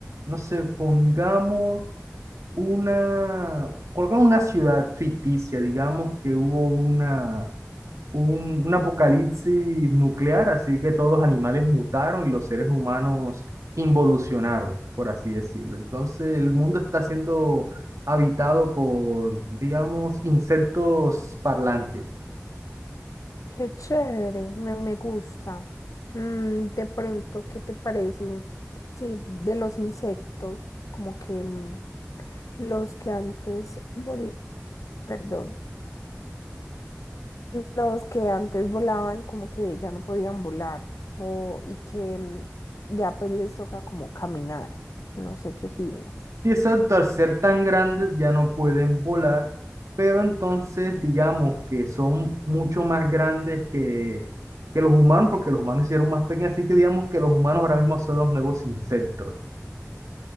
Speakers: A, on the right (about 70°); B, on the left (about 80°).
A: No sé, pongamos... una, colocar una ciudad ficticia, digamos que hubo una, un, un apocalipsis nuclear, así que todos los animales mutaron y los seres humanos involucionaron, por así decirlo. Entonces el mundo está siendo habitado por, digamos, insectos parlantes.
B: Qué chévere, me, me gusta. Mm, de pronto, ¿qué te parece? Sí, de los insectos, como que mm, los que antes, vol- perdón. Los que antes volaban como que ya no podían volar o, y que mm, ya pues les toca como caminar. No sé qué opinas.
A: Sí, exacto, al ser tan grandes ya no pueden volar, pero entonces digamos que son mucho más grandes que, que los humanos, porque los humanos se hicieron más pequeños, así que digamos que los humanos ahora mismo son los nuevos insectos.